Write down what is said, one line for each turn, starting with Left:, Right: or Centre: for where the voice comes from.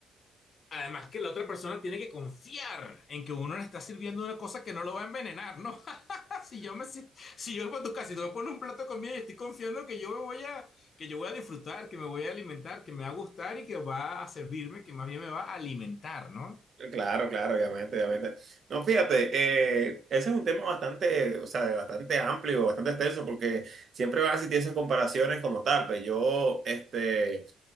Left: Además que la otra persona tiene que confiar en que uno le está sirviendo una cosa que no lo va a envenenar, ¿no? <laughs> Si yo me si, si yo voy a tu casa y tú me pones un plato de comida y estoy confiando que yo me voy a que yo voy a disfrutar, que me voy a alimentar, que me va a gustar y que va a servirme, que más bien me va a alimentar, ¿no?
Right: Claro, claro, obviamente, obviamente. No, fíjate, eh, ese es un tema bastante, o sea, bastante amplio, bastante extenso, porque siempre van a existir esas comparaciones como tal. Pues yo, este.